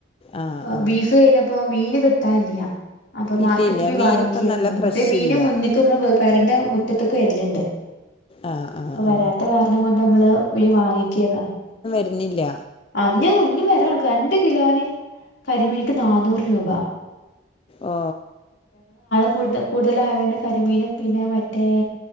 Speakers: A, on the left; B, on the left.
A: ആ ആ
B: ഇപ്പ
A: ആ
B: ബീഫ് കഴിഞ്ഞപ്പം മീന് കിട്ടാനില്ല്യ അപ്പൊ മാർക്കറ്റ്
A: ഇല്ലില്ല
B: പോയി
A: മീനിപ്പം
B: വാങ്ങിക്കരുന്നു
A: നല്ല ഫ്രഷില്ല
B: മറ്റേ മീന് മുന്ന്ക്ക് മ്മള് വ പെരന്റെ മുറ്റത്തക്ക് വരല്ണ്ട്
A: ആ ആ
B: അപ്പൊ വരാത്ത
A: ആ
B: കാരണം കൊണ്ട് മ്മള് പോയി വാങ്ങിക്കേരുന്ന്
A: ന്നില്ല
B: അഞ്ഞ കുഞ്ഞ് വരാ കൊളക്ക രണ്ട് കിലോനെ കരിമീനിക്ക് നാന്നൂറ് രൂപ
A: ആ
B: കു കൂടുതലായോണ്ട് കരിമീനും പിന്നെ മറ്റേ